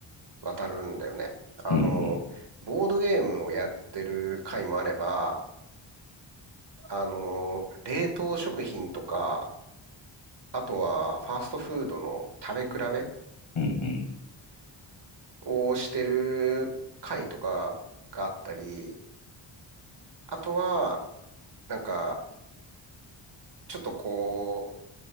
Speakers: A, on the right (about 55°); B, on the left (about 75°).
A: わたるんだよね。あの、
B: んうん。
A: ボードゲームをやってる回もあれば、あの、冷凍食品とか、あとは、ファーストフードの食べ比べ
B: うんうん。
A: をしてる会とかがあったり、あとは、なんか、ちょっとこ